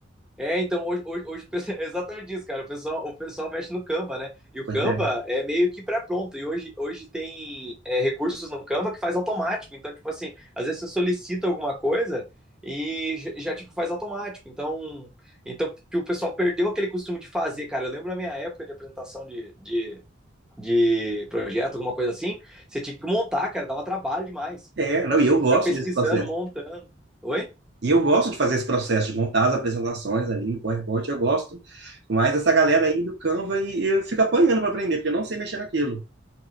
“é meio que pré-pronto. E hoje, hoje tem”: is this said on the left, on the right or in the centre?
Centre